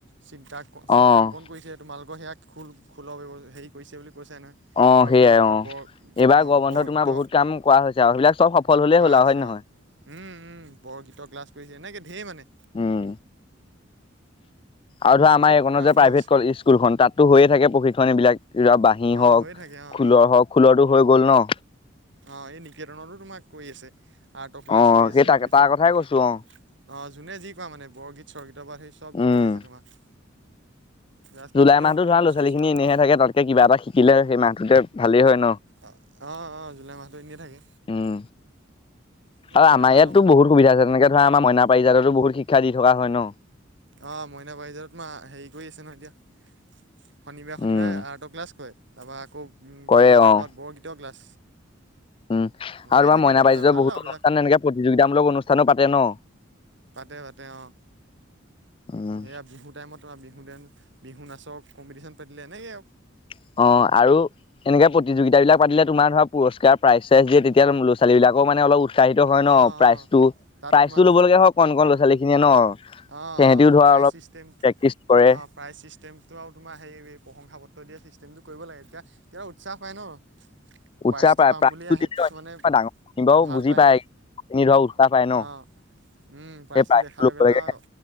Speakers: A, on the right (about 65°); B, on the left (about 25°).
A: চিত্ৰাংকন চিত্ৰাংকন
B: অ',
A: কৰিছে তোমালোকৰ সেয়া খোল-খোলৰ হেৰি কৰিছে বুলি। কৈছে নহয়
B: অ'
A: আৰু
B: সেইয়াই
A: ক'ৰবাত ক'ৰবাত
B: অ'
A: বৰ
B: এইবাৰ
A: অঁ
B: গৰম বন্ধ
A: বৰগীত
B: তোমাৰ বহুত কাম কৰা হৈছে আৰু সেইবিলাক চব সফল হ'লে
A: কৰা
B: হ'ল।
A: হৈছে
B: হয়-নহয়।
A: অঁ উম উম বৰগীতৰ ক্লাছ কৰিছে এনেকে ধেৰ মানে।
B: উম'। আৰু ধৰা আমাৰ এইখনৰ
A: কৰা
B: যে
A: আৰম্ভ
B: প্ৰাইভেট
A: হৈছে
B: স্কুলখন, তাতো হৈয়ে থাকে প্ৰশিক্ষণ এইবিলাক। কিবা বাঁহী
A: অঁ
B: হওক,
A: হৈ থাকে অঁ
B: খোলৰ হওক, খোলৰটো হৈ গল ন'।
A: অ' এই নিকেতনৰো তোমাক কৰি আছে। আৰ্টৰ ক্লাছ
B: অ',
A: কৰি আছে
B: সেই তাক
A: তাৰপিছত
B: তাৰ কথাই কৈছো অ',
A: অ' যোনে যি কোৱা মানে বৰগীত- স্বগীতৰ পৰা সেই চব
B: উম।
A: কৰি আছে তোমাৰ। জাষ্ট
B: জুলাই
A: কৰিলেই
B: মাহটোত
A: হ'ল কোনটো
B: ধৰা ল'ৰা-ছোৱালী
A: চইচ
B: খিনি
A: কৰা
B: এনেহে
A: তোমাৰ কথা
B: থাকে। তাতকে কিবা এটা শিকিলে, সেই মাহটোতে ভালেই হয় ন'।
A: অ', অ', জুলাই মাহতো এনেয়ে থাকে।
B: উম,
A: সেইটো
B: আৰু
A: কাৰণে
B: আমাৰ
A: ভাল
B: ইয়াততো বহুত সুবিধা আছে তেনেকে ধৰা আমাৰ মইনা পাৰিজাততো বহুত শিক্ষা দি থকা হয় ন।
A: অ', মইনা পাৰিজাত তোমা হেৰি কৰি আছে নহয় এতিয়া। শনিবাৰে-শনিবাৰে
B: উম,
A: আৰ্টৰ ক্লাছ কৰে, তাৰপৰা আকৌ
B: কৰে
A: কোনোবা এটা
B: অ'।
A: বৰত বৰগীতৰ ক্লাছ।
B: উম,
A: হৈয়ে
B: আৰু বাৰ
A: থাকে
B: মইনা
A: ৰেগুলাৰ
B: পাৰিজাতৰ
A: ভাল
B: বহুতো
A: আৰু এইবিলাক
B: অনুষ্ঠান এনেকে প্ৰতিযোগিতামূলক অনুষ্ঠানো পাতে ন?
A: পাতে-পাতে অ',
B: উম।
A: এইয়া বিহু টাইমত ধৰা বিহু-বিহু নাচৰ কম্পিটিশন পাতিলে এনেকে
B: অ', আৰু এনেকে প্ৰতিযোগিতা বিলাক পাতিলে তোমাৰ ধৰা পুৰস্কাৰ প্ৰাইজ চাইজ দিয়ে তেতিয়া ল'ৰা ছোৱালী বিলাকো মানে অলপ উৎসাহিত হয় ন,
A: অঁ
B: প্ৰাইজটো
A: অঁ তাত
B: প্ৰাইজটো
A: তোমাৰ
B: ল'ব লগীয়া হয় কন কন লৰা ছোৱালী খিনিয়ে ন
A: অ অ
B: সিহঁতিও ধৰা
A: প্ৰাইজ
B: অলপ
A: চিষ্টেম
B: প্ৰেক্টিচ কৰে।
A: অ প্ৰাইজ চিষ্টেমটো আৰু তোমাৰ হে প্ৰশংসা পত্ৰ দিয়া নিচিনা <unintelligible> <unintelligible> কৰিব লাগে এতিয়া তেতিয়া উৎসাহ পাই ন প্ৰাইজটো
B: উৎসাহ পায়
A: পাম
B: প্ৰ
A: বুলি আহে কিছুমানে
B: ডাঙৰ কনিবাও
A: ভাল
B: বুজি পায়
A: ন
B: <unintelligible> এ নি ধ উৎসাহ পাই ন <unintelligible>
A: অঁ উম প্ৰাইজটো
B: সেই
A: দেখা লগে
B: ল'বলৈকে
A: লগে